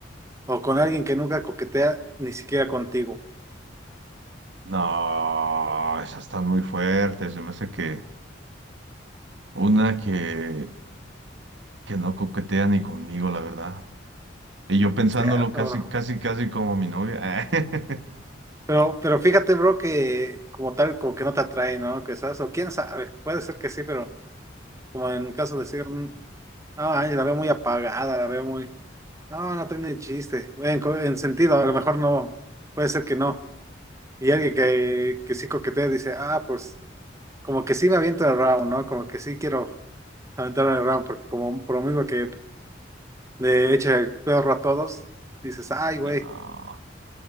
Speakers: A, on the right; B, on the right.
A: o con alguien que nunca coquetea ni siquiera contigo?
B: No, esas están muy fuertes. Se me hace que una que, que no coquetea ni conmigo, la verdad. Y yo pensándolo
A: Cierto,
B: casi,
A: bro.
B: casi, casi como mi novia. <laughs>
A: Pero, pero fíjate, bro, que como tal, como que no te atrae, ¿no? Quizás, o quién sabe, puede ser que sí, pero como en caso de decir, mm, No, ay, la veo muy apagada, la veo muy. No, no tiene chiste. En, co- en sentido, a lo mejor no. Puede ser que no. Y alguien que, que sí coquetea dice, ah, pues, como que sí me aviento el round, ¿no? Como que sí quiero aventar el round, porque como por lo mismo que le echa el perro a todos, dices, ay, güey.
B: No,